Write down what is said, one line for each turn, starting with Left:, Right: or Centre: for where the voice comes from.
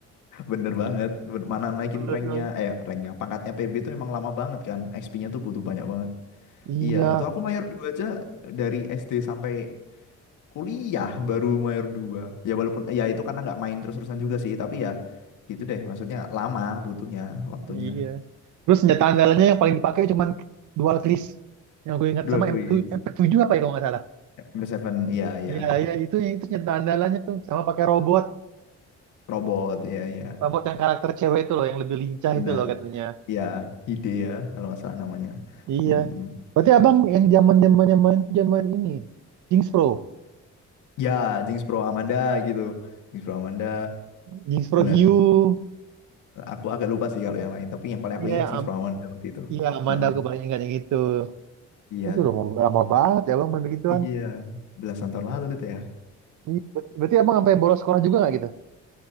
Left: bener banget. Bener- Mana naikin
Right: Bener,
Left: ranknya,
Right: tuh.
Left: eh ranknya, pangkatnya PB itu emang lama banget kan. XP-nya tuh butuh banyak banget.
Right: Iya,
Left: Iya, itu aku mayor 2 aja dari SD sampai kuliah baru mayor dua Ya walaupun, ya itu karena nggak main terus-terusan juga sih. Tapi ya gitu deh, maksudnya lama butuhnya, waktunya.
Right: Iya. Terus senjata andalannya yang paling dipakai cuman dual cris. Yang gue ingat
Left: Dual
Right: sama
Left: Chris,
Right: MP7, MP7 apa ya kalau nggak salah.
Left: m 7 iya, iya.
Right: Iya, iya itu itu senjata andalannya tuh sama pakai robot,
Left: Robot, iya iya,
Right: robot yang karakter cewek itu loh yang lebih lincah
Left: benar.
Right: itu loh katanya.
Left: Iya, ide ya kalau masalah namanya.
Right: Iya.
Left: Mm.
Right: Berarti abang yang zaman zamannya main tuh zaman ini, Jinx Pro,
Left: Ya, Jinx Pro Amanda gitu. Jinx Pro Amanda,
Right: Jinx Pro
Left: bener.
Right: Hue,
Left: Aku agak lupa sih kalau yang lain, tapi yang paling aku
Right: iya,
Left: ingat Jinx
Right: am-
Left: Pro Amanda waktu itu.
Right: iya Amanda
Left: Heeh,
Right: aku paling ingat yang itu.
Left: iya,
Right: Terus udah lama, lama banget ya abang main begituan.
Left: iya, belasan tahun lalu itu ya.
Right: Iya, ber- Berarti abang sampai bolos sekolah juga nggak gitu?